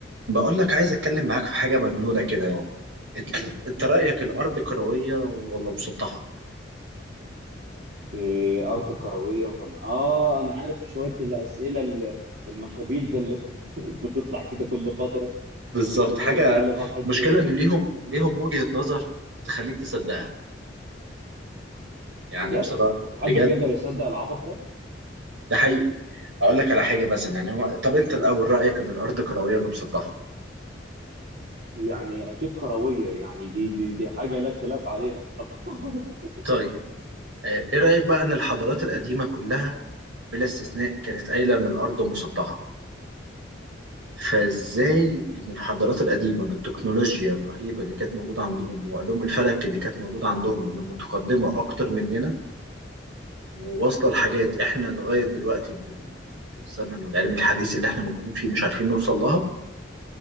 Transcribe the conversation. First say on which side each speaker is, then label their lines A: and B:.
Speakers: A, on the right; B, on the right.
A: بقول لك عايز اتكلم معاك في حاجه مجنونه كده يعني انت انت رايك الارض كرويه ولا مسطحه
B: إيه أرض كروية وفن آه أنا عارف شوية الأسئلة ال- المخابيل ده اللي كانت <laughs> بتطلع كده كل فترة
A: بالظبط
B: تمام
A: حاجه
B: وتخلي الواحد
A: مشكله
B: يلف
A: ان ليهم ليهم وجهه نظر تخليك تصدقها يعني
B: بجد؟
A: بصراحه
B: وفي حد
A: بجد
B: بيقدر يصدق العبط ده؟
A: ده حقيقي اقول لك على حاجه مثلا يعني هو طب انت الاول رايك ان الارض كرويه ولا مسطحه
B: يعني أكيد كروية يعني دي دي دي حاجة لا خلاف عليها بصراحة <laughs>
A: طيب آه، ايه رايك بقى ان الحضارات القديمه كلها بلا استثناء كانت قايله ان الارض مسطحه فازاي ان الحضارات القديمه بالتكنولوجيا الرهيبه اللي كانت موجوده عندهم وعلوم الفلك اللي كانت موجوده عندهم اللي متقدمه اكتر مننا وواصله لحاجات احنا لغايه دلوقتي بال- بالزمن والعلم الحديث اللي احنا موجودين فيه مش عارفين نوصل لها